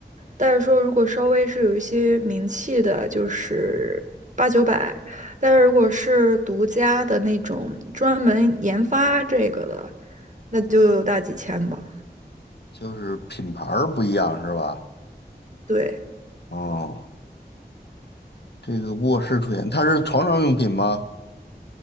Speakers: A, on the right (about 45°); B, on the left (about 75°).
A: 但是说如果稍微是有一些名气的，就是八九百。但是如果是独家的那种专门研发这个的，那就大几千吧。
B: 就是品牌儿不一样是吧？
A: 对，
B: 哦，这个卧室出现，它是床上用品吗？